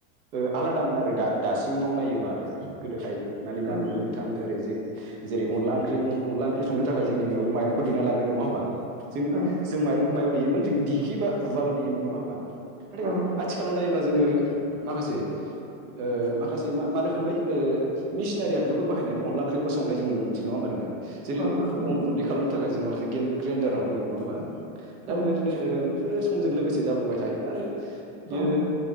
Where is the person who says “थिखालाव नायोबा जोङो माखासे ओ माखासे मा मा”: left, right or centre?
Right